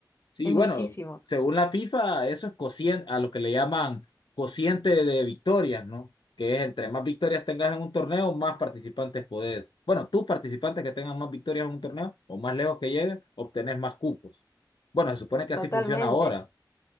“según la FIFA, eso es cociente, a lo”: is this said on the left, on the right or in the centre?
Left